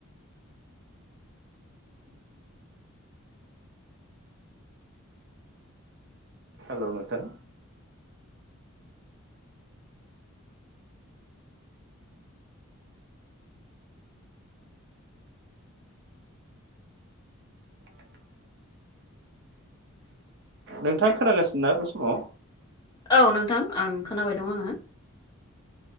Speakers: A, on the right; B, on the left.
A: हेल' नोंथा? नोंथांङा खोनागासिनोना बे समाव?
B: औ नोंथां आं खोनाबाय दं आंङो।